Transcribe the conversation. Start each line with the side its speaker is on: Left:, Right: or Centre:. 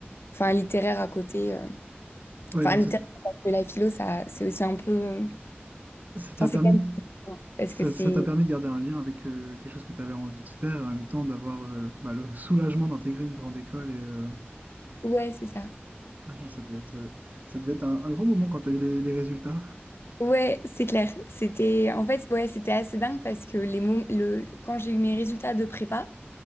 Left: enfin, littéraire à côté. euh.
Right: Ouais,
Left: Enfin,
Right: donc
Left: littéraire,
Right: ça
Left: parce que la philo, ça, c'est aussi un peu. euh,
Right: ça t'a
Left: Enfin,
Right: permis.
Left: c'est quand même. différent, Parce
Right: Ça,
Left: que c'est.
Right: ça t'a permis de garder un lien avec euh, quelque chose que tu avais envie de faire et en même temps d'avoir euh, bah, le <laughs> soulagement d'intégrer une grande école et euh,
Left: Ouais, c'est ça.
Right: ah, ça devait être, euh, ça devait être un, un grand moment quand tu as eu les, les résultats.
Left: Ouais, c'est clair. C'était en fait, ouais, c'était assez dingue parce que les mots, le quand j'ai eu mes résultats de prépa,